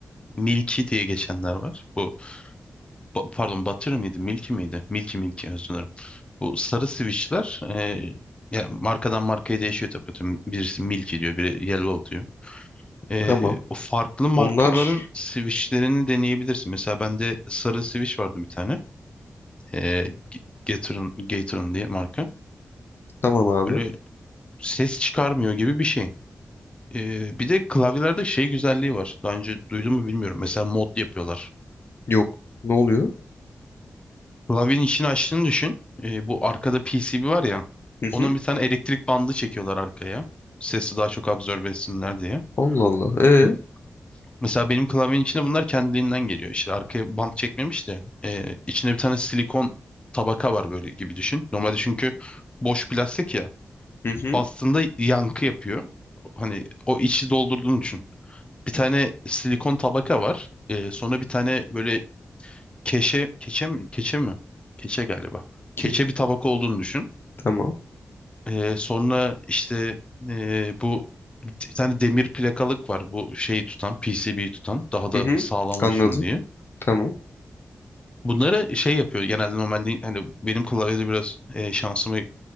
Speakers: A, on the left; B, on the left.
A: Milky diye geçenler var. Bu Ba- pardon Butter mıydı? Milky miydi? Milky Milky özür dilerim. Bu sarı switchler e, ya markadan markaya değişiyor tabii. Tüm- Birisi Milky diyor, biri Yellow diyor. E,
B: Tamam.
A: o farklı markaların
B: Onlar
A: switchlerini deneyebilirsin. Mesela bende sarı switch vardı bir tane. E, G- Gator'ın Gator'ın diye marka.
B: tamam abi.
A: Böyle ses çıkarmıyor gibi bir şey. E, bir de klavyelerde şey güzelliği var. Daha önce duydun mu bilmiyorum. Mesela mod yapıyorlar.
B: Yok. Ne oluyor?
A: Lavin işini açtığını düşün. Ee, bu arkada PCB var ya.
B: Hı
A: Onun
B: hı.
A: bir tane elektrik bandı çekiyorlar arkaya. Sesi daha çok absorbe etsinler diye.
B: Allah Allah. Ee?
A: M- Mesela benim klavyenin içinde bunlar kendiliğinden geliyor. İşte arkaya bant çekmemiş de e, içinde bir tane silikon tabaka var böyle gibi düşün. Normalde çünkü boş plastik ya.
B: Hı hı.
A: Bastığında yankı yapıyor. Hani o içi doldurduğunu düşün. Bir tane silikon tabaka var. E, sonra bir tane böyle keşe, keçe mi? Keçe mi? Keçe galiba.
B: Ki-
A: Keçe bir tabaka olduğunu düşün.
B: Tamam.
A: Ee, sonra işte ee, bu bir tane demir plakalık var bu şeyi tutan PCB'yi tutan daha da
B: Hı hı.
A: sağlam
B: Anladım.
A: olsun diye.
B: Tamam.
A: Bunları şey yapıyor genelde normalde hani benim klavyede biraz e, şansım